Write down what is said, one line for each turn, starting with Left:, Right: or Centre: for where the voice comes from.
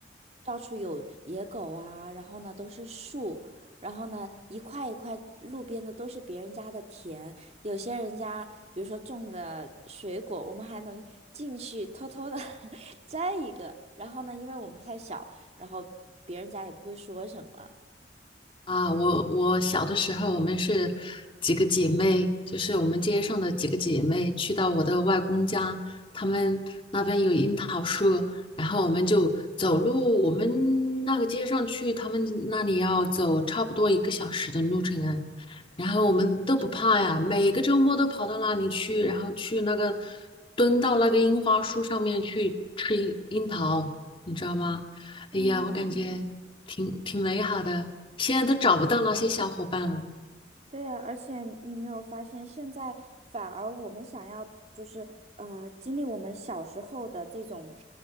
Right: 到处有野狗啊，然后呢都是树，然后呢一块一块路边的都是别人家的田，有些人家比如说种的水果，我们还能进去偷偷的 <laughs> 摘一个，然后呢，因为我们太小，然后别人家也不会说什么。
Left: 啊，我我小的时候，我们是几个姐妹，就是我们街上的几个姐妹，去到我的外公家，他们那边有樱桃树，然后我们就走路，我们那个街上去他们那里要走差不多一个小时的路程啊，然后我们都不怕呀，
Right: 这样，
Left: 每个周末都跑到那里去，然后去那个蹲到那个樱花树上面去吃樱樱桃，你知道吗？
Right: 嗯，
Left: 哎呀，我感觉挺挺美好的，现在都找不到那些小伙伴了
Right: 对呀，而且你没有发现，现在反而我们想要就是呃，经历我们小时候的这种